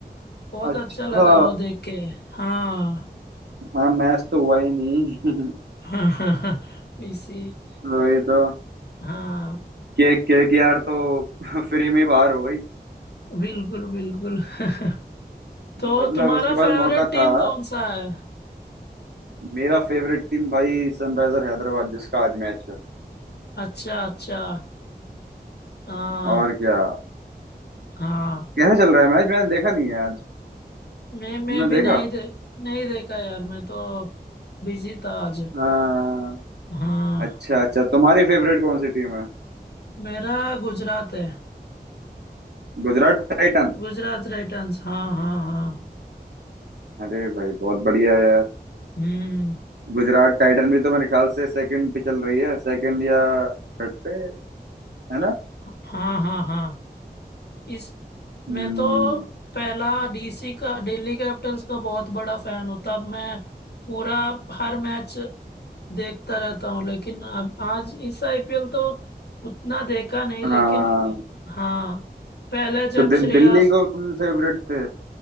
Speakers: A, on the left; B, on the right.
A: बहुत
B: अच्छा
A: अच्छा लगा वो देख के हाँ
B: हाँ मैच तो हुआ ही नहीं <laughs>
A: <laughs> इसी
B: वही तो
A: हाँ
B: केक केक यार तो <laughs> फ्री में ही बाहर हो गई
A: बिल्कुल बिल्कुल <laughs> तो
B: मतलब
A: तुम्हारा
B: उसके पास
A: फेवरेट
B: मौका
A: टीम
B: था
A: कौन सा है
B: मेरा फेवरेट टीम भाई सनराइजर हैदराबाद जिसका आज मैच है
A: अच्छा अच्छा हाँ
B: और क्या
A: हाँ
B: कैसा चल रहा है मैच मैंने देखा नहीं है आज
A: मैं मैं
B: तुमने
A: भी
B: देखा
A: नहीं दे नहीं देखा यार मैं तो बिजी था आज
B: हाँ
A: हाँ
B: अच्छा अच्छा तुम्हारी फेवरेट कौन सी टीम है
A: मेरा गुजरात है
B: गुजरात टाइटन
A: गुजरात राइटन्स हाँ हाँ हाँ
B: अरे भाई बहुत बढ़िया है यार
A: हम्म
B: गुजरात टाइटन भी तो मेरे ख्याल से सेकंड पे चल रही है सेकंड या थर्ड पे है ना
A: हाँ हाँ हाँ इस
B: हम्म
A: मैं तो पहला डीसी का दिल्ली कैपिटल्स का बहुत बड़ा फैन हूँ तब मैं पूरा हर मैच देखता रहता हूँ लेकिन अब आज इस आईपीएल तो उतना देखा नहीं
B: हाँ
A: लेकिन हाँ पहले जब
B: तो दि,
A: श्रेयस
B: दिल्ली को तुम फेवरेट थे